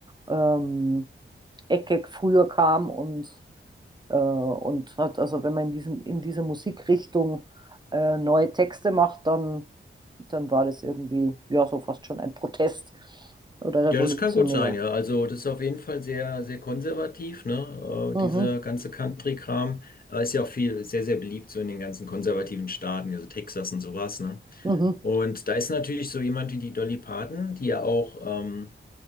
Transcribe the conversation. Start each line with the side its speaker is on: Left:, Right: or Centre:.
Right: ähm, Ecke früher kam und, äh, und hat, also wenn man in diesem, in dieser Musikrichtung äh, neue Texte macht, dann dann war das irgendwie, ja, so fast schon ein Protest oder revolutionär.
Left: Ja, das kann gut sein, ja. Also das ist auf jeden Fall sehr, sehr konservativ, ne?
Right: Mhm.
Left: Äh, dieser ganze Country-Kram. Äh, ist ja auch viel, sehr, sehr beliebt so in den ganzen konservativen Staaten, also Texas und sowas, ne?
Right: Mhm.
Left: Und da ist natürlich so jemand wie die Dolly Parton, die ja auch ähm,